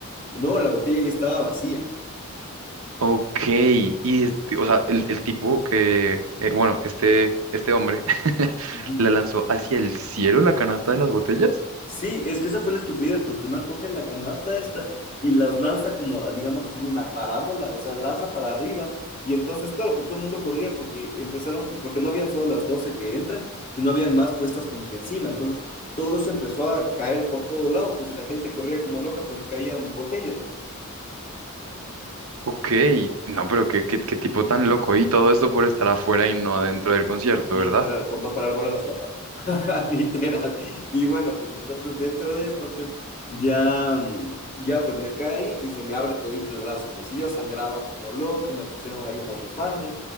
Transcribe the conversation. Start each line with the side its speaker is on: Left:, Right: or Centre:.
Left: No, la botella ya estaba vacía.
Right: Ok, y este, o sea, el, el tipo que, eh, bueno, este, este hombre <laughs>
Left: Ujú.
Right: la lanzó hacia el cielo la canasta de las botellas.
Left: Sí, es que esa fue la estupidez, porque el man coge la canasta esta y las lanza como, digamos, haciendo una parábola, o sea, lanza para arriba. Y entonces, claro, pues todo el mundo corría porque empezaron, porque no habían solo las 12 que entran, sino habían más puestas como que encima. Entonces, todo eso empezó a caer por todo lado, pues, y la gente corría como loca porque caían botellas, pues,
Right: Ok, no, pero qué, qué, qué tipo tan loco. Y todo esto por estar afuera y no adentro del concierto,
Left: literal,
Right: ¿verdad?
Left: por no parar bola a los papás. <laughs> Literal. Y bueno, pues entonces dentro de esto, pues ya, mm, ya pues me caí y se me abre todito el brazo. Pues y yo sangraba como loco, me pusieron ahí una bufanda